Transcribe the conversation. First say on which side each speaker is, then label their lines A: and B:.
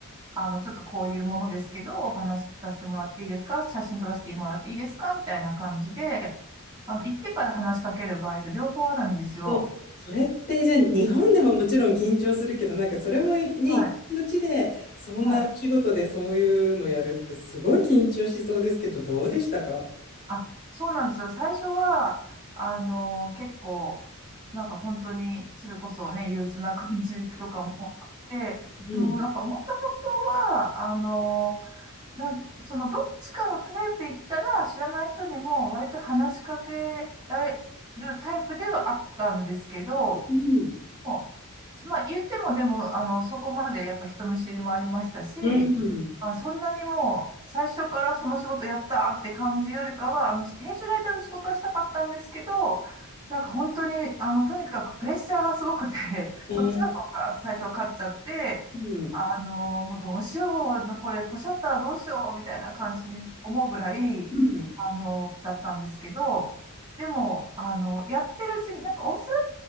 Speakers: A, on the right; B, on the left.
A: あの、ちょっとこういうものですけど、お話聞かせてもらっていいですか写真撮らせてもらっていいですかみたいな感じで、あの、行ってから話しかける場合と両方あるんですよ。
B: そうそれって、じゃあ、日本でももちろん緊張するけど、
A: はい
B: なんかそれもね、一国の地で、
A: はい。
B: そんな仕事でそういうのやるって、
A: はい。
B: すごい緊張しそうですけど、どうでしたか
A: あ、そうなんですよ。最初は、あの、結構、なんか本当に、それこそね、憂鬱な感じとかもあって、
B: うん。
A: でもなんかもともとは、あの、なんて、そのどっちかのタイプで言ったら、知らない人にも割と話しかけられるタイプではあったんですけど、
B: うん。
A: もうまあ、言っても、でも、あの、そこまでやっぱ人見知りもありましたし、
B: うん。
A: あ、そんなにもう、最初からその仕事やったーって感じよりかは、あの、編集ライターの仕事はしたかったんですけど、なんか本当に、あの、とにかくプレッシャーがすごくて、<laughs>
B: うん。
A: そっちの方が最初勝っちゃって、
B: うん。
A: あの、もうどうしよう、これ、ポシャったらどうしよう、みたいな感じに思うぐらい、
B: うん
A: あの、だったんですけど、でも、あの、やってるうちに、なんかオースト